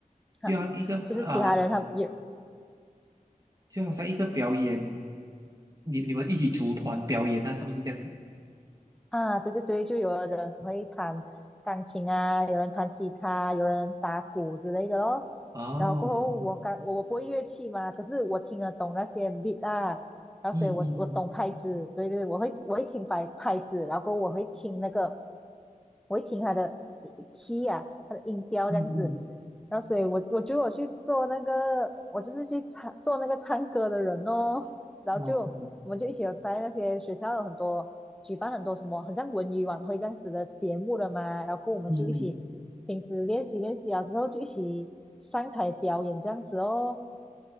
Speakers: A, in the centre; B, on the right (about 25°).
A: 哈，
B: 就像一个啊、
A: 就是其他人他们也
B: 就好像一个表演，你你们一起组团表演，那是不是这样子？
A: 啊，对对对，就有的人会弹钢琴啊，有人弹吉他，有人打鼓之类的咯。
B: 哦，
A: 然后过后我刚我我不会乐器嘛，可是我听得懂那些 beat 啊，然后所以我我懂拍子，
B: 嗯嗯嗯
A: 对对，我会我会听拍拍子，然后过后我会听那个，我会听他的 key 啊，他的音调这样子。
B: 嗯嗯
A: 然后所以我我觉得我去做那个，我就是去唱做那个唱歌的人哦。然后就我们就一起有在那些学校有很多举办很多什么，
B: 嗯，哦，
A: 很像文娱晚会这样子的节目了嘛，然后我们就一起平时练习练习啊，
B: 嗯嗯。
A: 之后就一起上台表演这样子哦。